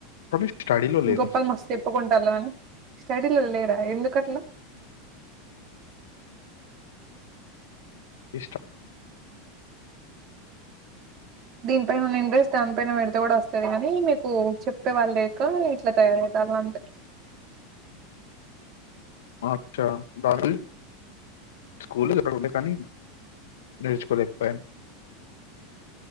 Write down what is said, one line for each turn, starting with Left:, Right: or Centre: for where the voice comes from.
Left: కానీ స్టడీలో లేను
Right: గొప్పాలు మస్తు చెప్పుకుంటారు లాని స్టడీలో లేరా ఎందు కట్లా
Left: ఇష్ట
Right: దీనిపైన ఉన్న ఇంట్రేస్ట్ దానిపైన పేడితే గూడా వస్తాది గాని మీకు చెప్పే వాళ్ళు లేక ఇట్లా తయారయ రు అంతే
Left: అచ్చ గర్ల్ స్కూల్లోది అక్కడ ఉండే కానీ నేర్చుకోలేకపోయాను